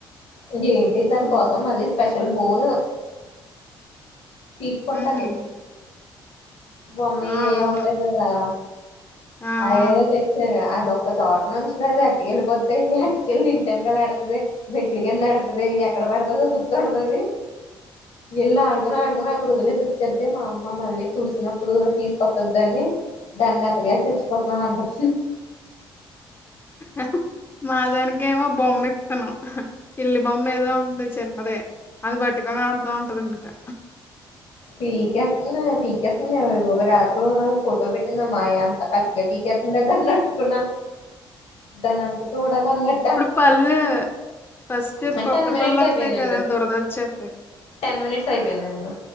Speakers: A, on the left; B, on the left.
A: ఇందేంటి దాని
B: హ్మ్
A: కోసం మళ్ళీ స్పెషల్ బోన్ పీక్కుంటది
B: హుహు
A: బొమ్మీ
B: ఆ అవును
A: ఏం ఉంటది కదా
B: ఆ
A: అదెదో
B: ఆ
A: తెచ్ఛారా ఆ తొక్క చోట నుంచి అది అట్టుకెళ్ళిపోద్ది అట్టుకెళ్ళి ఇంటెనకాల ఏడతది మెట్లు కింద ఎడతది ఎక్కడ పడుతుందిగుర్తుండదది ఎళ్ళ ఆడుకొని ఆడుకొని అక్కడ వోదిలేసి వచ్చద్దే మా అమ్మ మళ్ళీ తుడిసినప్పుడు తీసుకొత్తదాన్ని దాన్ని ఎతకలేక సచ్చిపోతున్నాం అంట
B: హా హా మా దానికేమో బొమ్మె తను ఇల్లి బొమ్మ ఏదో ఉంది చిన్నదే అది పట్టుకొని ఆడుతా ఉంటది ఇంకా
A: టీ కప్ టీ కప్ వో రాత్రో ఫోటో పెట్టటింద మాయా అంత పచ్చ పీకే ఉన్నదన్నట్టుక్కున్న దాన్ని అంతు చూడాలన్నట్ట
B: ఇప్పుడు పళ్ళు ఫస్ట్
A: హా
B: కొత్త
A: టెన్ మినిట్స్
B: పళ్ళు వత్తాయి
A: ఐయిపోయిందండి
B: కదా దురదొచ్చేత్తది
A: టెన్ మినిట్స్ ఐయిపోయిందండి